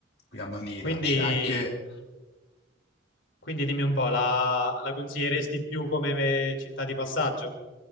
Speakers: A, on the left (about 55°); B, on the left (about 80°).
A: qui a Manila,
B: Quindi,
A: c'è anche...
B: quindi dimmi un po', la, la consiglieresti più come città di passaggio?